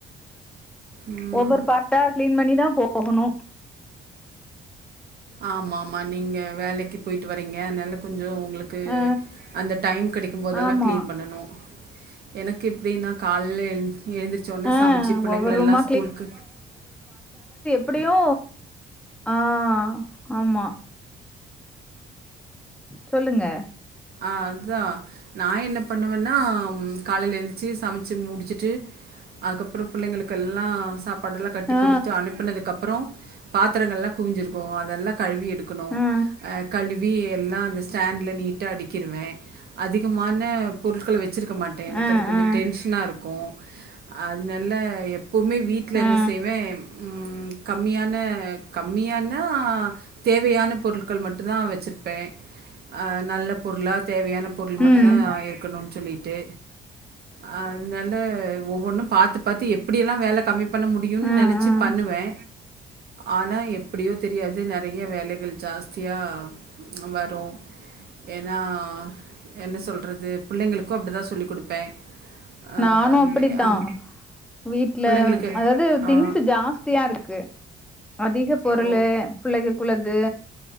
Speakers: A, on the right; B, in the centre.
A: ம்
B: ஒவ்வொரு பார்டா கிளீன் பண்ணிதா போ போகணு
A: ஆமா ஆமா நீங்க வேலைக்கு போயிட்டு வரீங்க அதனால கொஞ்சோ உங்களுக்கு
B: ஆ
A: அந்த டைம் கிடைக்கும்போதெல்லா
B: ஆமா
A: கிளீன் பண்ணனு எனக்கு இப்டின்னா கால எழுந்திரச்ச உடனே
B: ஆ
A: சமைச்சு பிள்ளைங்களால்லா
B: ஒவ்வொரு ரூமா
A: ஸ்கூலுகு
B: அப்டியு ஆ ஆமா சொல்லுங்க
A: அ அதா நா என்ன பண்ணுவன்னா காலையில எழுந்திச்சு சமைச்சு முடிச்சுட்டு அதுக்கப்புற பிள்ளைங்களுக்கு எல்லா சாப் சாப்பாடுல கட்டி
B: ஆ
A: கொடுத்து அனுப்புனதுக்கப்புரோ பாத்திரங்கல்லா குவிஞ்சிருக்கு அதெல்லா கழுவி எடுக்கணு
B: ஆ
A: கழுவி வி எல்லா அந்த ஸ்டாண்ட்ல நீ நீட்டா அடிக்கிறுவே அதிகமான பொருட்கள வச் வச்சுருக்க மாட்டே எனக்கு
B: ஆ
A: அது கொஞ்சம்
B: ஆ
A: டென்ஷனா இருக்கு அதல எப்போவுமே வீட்ல
B: ஆ
A: என்ன செய்வே ம் கம்மியான கம்மியானா தேவையான பொருட்கள் மட்டும் தா வச்சிருப்பே அ நல்ல எல்லா தேவையான பொருள் மட்டு
B: ம்
A: தா இருக்கணும் சொல்லிட்டு அ அதனால ஒவ்வொன்னு பாத்து பாத்து எப்டியெல்லா வேல கம்மி பண்ண முடியும்
B: ஆ
A: நெனச்சி
B: ஆ
A: பண்ணுவே ஆனா எப்டியோ தெரியாது நறைய வேலைகள் ஜாஸ்தியா <inaudible> பச் வரு ஏன்னா என்ன சொல்றது பிள்ளைங்களுக்கும் அப்டிதா சொல்லிக் குடுப்பே ஆ
B: நானு அப்புடித்தா
A: ஆமா
B: வீட்ல
A: பிள்ளைங்களுக்கு
B: அதாவது திங்ஸ்சு
A: ஆ
B: ஜாஸ்தியாருக்கு அதிக பொருளு
A: ஓ
B: பிள்ளைக குள்ளது